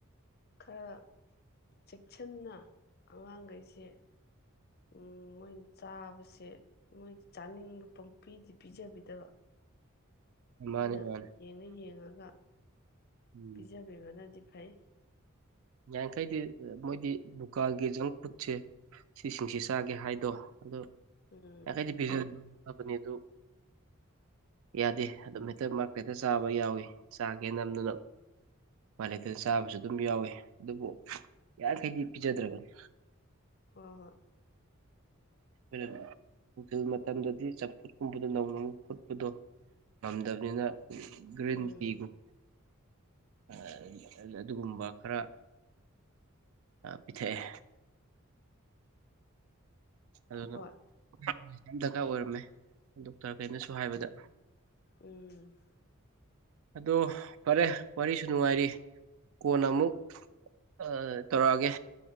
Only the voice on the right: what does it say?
ꯃꯥꯅꯤ ꯃꯥꯅꯤ
ꯎꯝ
ꯌꯥꯔꯤꯈꯩꯗꯤ ꯑ ꯃꯣꯏꯗꯤ ꯗꯨꯀꯥꯜꯒꯤ ꯖꯪ ꯐꯨꯗꯁꯦ ꯁꯤꯁꯤꯡꯁꯦ ꯆꯥꯒꯦ ꯍꯥꯏꯗꯣ ꯑꯗꯣ
ꯌꯥꯈꯩꯗꯤ ꯄꯤꯖ ꯐꯕꯅꯤ ꯑꯗꯨ ꯌꯥꯗꯦ ꯑꯗꯨꯝ ꯍꯦꯛꯇ ꯃꯥꯔꯛꯇ ꯍꯦꯛꯇ ꯆꯥꯕ ꯌꯥꯎꯏ ꯆꯥꯒꯦ ꯅꯝꯗꯅ ꯎꯄꯥꯏ ꯂꯩꯇꯗꯅ ꯆꯥꯕꯁꯨ ꯑꯗꯨꯝ ꯌꯥꯎꯏ ꯑꯗꯨꯕꯨ ꯌꯥꯔꯤꯈꯩꯗꯤ ꯄꯤꯖꯗ꯭ꯔꯕꯅꯤ
ꯑꯩꯈꯣꯏꯅ ꯅꯨꯡꯊꯤꯜ ꯃꯇꯝꯗꯗꯤ ꯆꯝꯐꯨꯠ ꯀꯨꯝꯕꯗꯣ ꯅꯧꯅ ꯑꯃꯨꯛ ꯐꯨꯠꯄꯗꯣ ꯉꯝꯗꯕꯅꯤꯅ
ꯒ꯭ꯔꯤꯟ
ꯇꯤꯒꯨꯝ ꯑꯑ ꯑꯗ ꯑꯗꯨꯒꯨꯝꯕ ꯈꯔ ꯑ ꯄꯤꯊꯛꯑꯦ ꯑꯗꯨꯅ
ꯌꯥꯝ ꯗꯔꯀꯥꯔ ꯑꯣꯏꯔꯝꯃꯦ ꯗꯣꯛꯇꯔꯈꯩꯅꯁꯨ ꯍꯥꯏꯕꯗ
ꯑꯗꯣ ꯐꯔꯦ ꯋꯥꯔꯤꯁꯨ ꯅꯨꯡꯉꯥꯏꯔꯤ ꯀꯣꯟꯅ ꯑꯃꯨꯛ ꯑ ꯇꯧꯔꯛꯑꯒꯦ